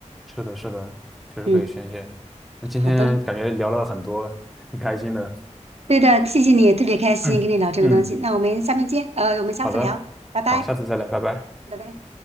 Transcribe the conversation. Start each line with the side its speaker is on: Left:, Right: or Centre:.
Centre: 是的，是的，确实可以宣泄。
Right: 嗯，
Centre: 那今天感觉聊了很多，
Right: 好的，
Centre: 挺开心的。
Right: 对的，谢谢你，特别开心跟你聊这个东西。
Centre: 嗯嗯，
Right: 那我们下面见，呃，我们下次聊，
Centre: 好的，
Right: 拜拜，
Centre: 好，下次再聊，拜拜。
Right: 拜拜。